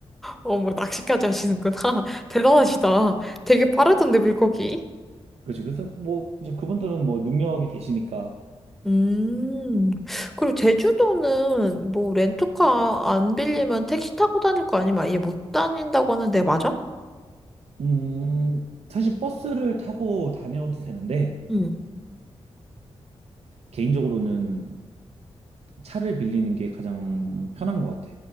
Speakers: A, in the centre; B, on the right.
A: 어머, 낚시까지 하시는구나. <laughs> 대단하시다. 되게 빠르던데, 물고기.
B: 그렇지. 그래서 뭐 이제 그분들은 뭐 능력이 되시니까
A: 음, 그리고 제주도는 뭐 렌터카 안 빌리면 택시 타고 다닐 거 아니면 아예 못 다닌다고 하는데, 맞아?
B: 음 사실 버스를 타고 다녀도 되는데
A: 응.
B: 개인적으로는 차를 빌리는 게 가장 편한 것 같아.